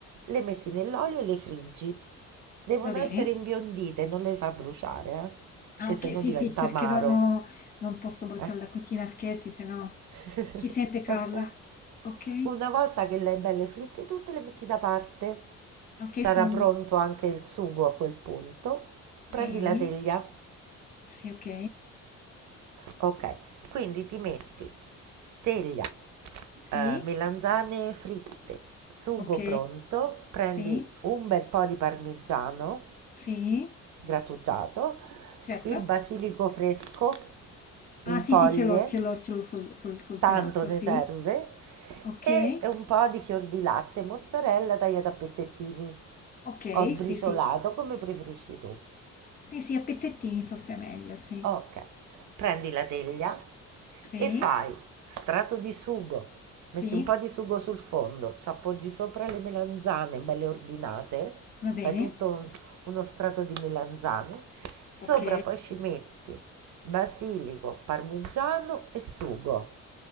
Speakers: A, on the right; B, on the left.
A: le metti nell'olio e le friggi. Devono
B: va bene.
A: essere imbiondite, non le fa bruciare, eh?
B: Ah,
A: Che
B: ok,
A: se no
B: sì,
A: diventa
B: sì, cercherò,
A: amaro.
B: no, non posso bruciare
A: Eh?
B: la cucina, scherzi, se no
A: <laughs>
B: chi sente Carla?
A: Ok.
B: Ok,
A: Una volta che le hai belle fritte tutte, le metti da parte.
B: ok,
A: Sarà
B: sono...
A: pronto anche il sugo a quel punto.
B: Sì,
A: Prendi la teglia.
B: sì, ok,
A: Ok, quindi ti metti teglia, eh,
B: sì,
A: melanzane fritte, sugo
B: ok,
A: pronto, prendi
B: sì,
A: un bel po' di parmigiano
B: sì,
A: grattugiato,
B: certo.
A: il basilico fresco
B: Ah,
A: in
B: sì,
A: foglie,
B: sì, ce l'ho, ce l'ho, ce l'ho sul, sul, sul
A: tanto
B: terrazzo,
A: ne
B: sì,
A: serve,
B: ok,
A: e un po' di fior di latte, mozzarella tagliata a pezzettini
B: ok,
A: o sbriciolato,
B: sì, sì,
A: come preferisci tu.
B: sì, sì, a pezzettini forse è meglio, sì,
A: Ok, prendi la teglia
B: sì,
A: e fai strato di sugo, metti
B: sì,
A: un po' di sugo sul fondo, ci appoggi sopra le melanzane belle ordinate,
B: va bene,
A: fai tutto un- uno strato di melanzane, sopra
B: ok.
A: poi ci metti basilico, parmigiano e sugo